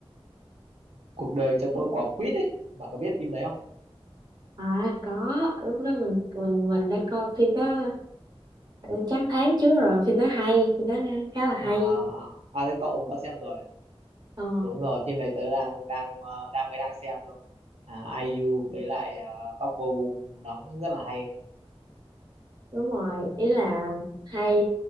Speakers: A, on the right; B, on the right.
A: cuộc đời cho tôi quả quýt ấy. Bạn có biết phim đấy không?
B: À có, lúc đó mình mình mình đã coi phim đó ừ, chắc tháng trước rồi, phim đó hay, phim đó khá là hay.
A: À, à, à đấy, cậu cũng có xem rồi. à?
B: Ờ
A: Đúng rồi, phim này tớ đang đang ờ, đang mới đang xem thôi. À, ai IU với lại uh, Park Bo Gum đóng rất là hay.
B: đúng rồi, ý là hay